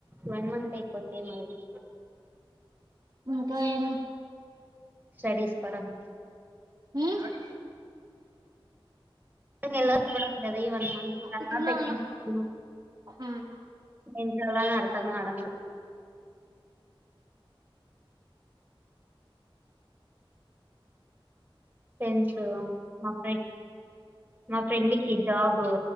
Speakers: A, on the right (about 20°); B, on the right (about 40°).
A: వన్ మంత్ అయిపోతే మరి.
B: ఇంకా ఏం
A: స్టడీస్ పరంగా.
B: ఉమ్
A: గుర్తులేదు కానీ అప్పుడు అన్నది వన్ మంత్ స్టార్ట్
B: ఇటున్నానన్న
A: ఐతే ఏం చేయాలి
B: ఉమ్
A: తనకి ఎప్పుడూ అర్థం కావడంలేదు. ఫ్రెండ్స్ మా ఫ మా ఫ్రెండ్కి జాబు